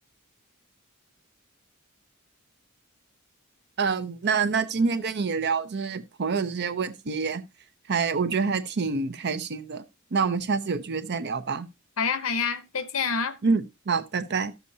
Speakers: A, on the right; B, on the left.
A: 嗯，那那今天跟你聊这些朋友的这些问题还，我觉得还挺开心的。那我们下次有机会再聊吧。
B: 好呀，好呀，再见啊。
A: 嗯，好，拜拜。